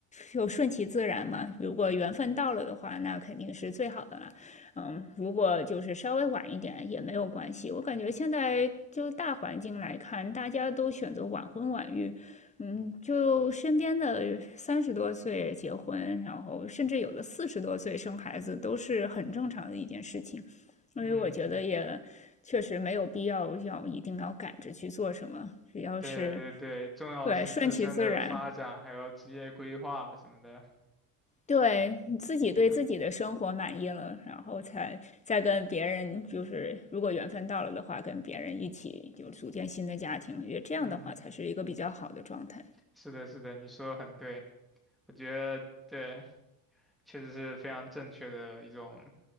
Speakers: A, on the left; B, in the centre.
A: 就顺其自然嘛，如果缘分到了的话，那肯定是最好的了。嗯，如果就是稍微晚一点也没有关系。我感觉现在就大环境来看，大家都选择晚婚晚育。嗯，就身边的三十多岁结婚，然后甚至有的四十多岁生孩子，都是很正常的一件事情。所以我觉得也确实没有必要要一定要赶着去做什么，
B: 嗯，
A: 只要是
B: 对对对，重要是自身的发展，
A: 对顺其自然，
B: 还有职业规划什么的。
A: 对你自己对自己的生活满意了，
B: 对，
A: 然后才再跟别人，就是如果缘分到了的话，跟别人一起就组建新的家庭，因为这样的话才是一个比较好的状态。
B: 嗯，是的，是的，你说的很对，我觉得对，确实是非常正确的一种。